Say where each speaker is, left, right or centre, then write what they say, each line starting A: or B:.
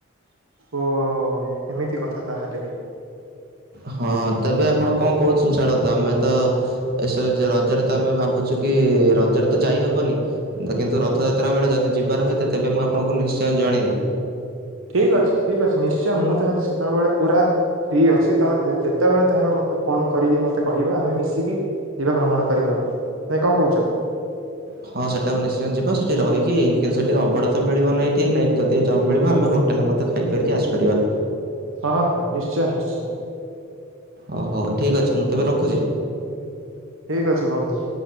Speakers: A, on the right; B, on the right.
A: ଓ ଏମିତି କଥା ତାହାଲେ।
B: ହଁ, ତେବେ ଆପଣ କଣ କହୁଛନ୍ତି ଛାଡ଼ନ୍ତୁ ଆମେ ତ ଏସଜ ରଜରେ ତ ଆମେ ଭାବୁଛୁ କି ରଜରେ ତ ଯାଇହବନି କିନ୍ତୁ ରଥଯାତ୍ରା ବେଳେ ଯଦି ଯିବାର ହୋଇଥାଏ ତେବେ ମୁଁ ଆପଣଙ୍କୁ ନିଶ୍ଚୟ ଜଣେଇବି।
A: ଠିକ୍ ଅଛି ଠିକ୍ ଅଛି ନିଶ୍ଚୟ ମୁଁ ତ ସେତେବେଳେ ପୁରା ଫ୍ରି ଅଛି ତମେ ଯେତେବେଳେ ଚାହିଁବ ମୋତେ ଫୋନ୍ କରିକି ମୋତେ କହିବ ଆମେ ମିଶିକି ଯିବା ଭ୍ରମଣ କରିବା ପାଇଁ ନାଇଁ କଣ କହୁଚ?
B: ହଁ ସେଟା ନିଶ୍ଚୟ ଯିବା ସେଠି ରହିକି କିନ୍ତୁ ସେଠି ଅବଢ଼ାତ ମିଳିବ ନାହିଁ ଠିକ୍ ନାଇଁ ଯଦି ନମିଳିବ ଆମେ ହୋ ହୋଟେଲ୍ ମଧ୍ୟ ଖାଇପାରିକି ଆସିପାରିବା।
A: ହଁ ହଁ ନିଶ୍ଚୟ ନିଶ୍ଚୟ।
B: ହଉ ହଉ ଠିକ୍ ଅଛି ମୁଁ ତେବେ ରଖୁଚି!
A: ଠିକ୍ ଅଛି ବନ୍ଧୁ।